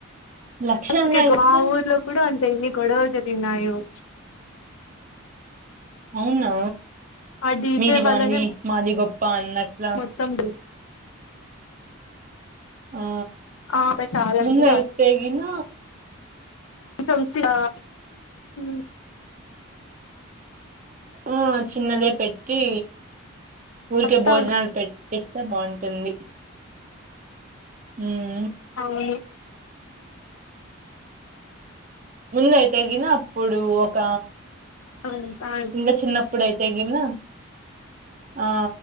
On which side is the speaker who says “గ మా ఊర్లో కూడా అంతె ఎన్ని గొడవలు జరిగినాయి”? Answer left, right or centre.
Left